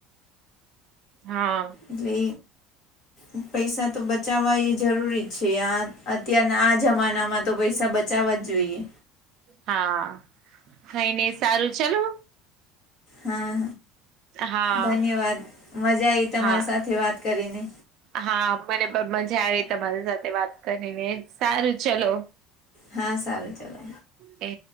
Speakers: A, on the right; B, on the left.
A: હા
B: એટલે એ પૈસા તો બચાવા એ જરૂરી છે આ અત્યારના આ જમાનામાં તો પૈસા બચાવવા જ જોઈએ
A: હા કઈને સારું ચાલું
B: હા
A: હા
B: ધન્યવાદ મજા આવી તમારી
A: હા
B: સાથે વાત કરીને
A: હા મને પણ મજા આવી તમારી સાથે વાત કરીને સારું ચલો
B: હા સારું ચાલો
A: એ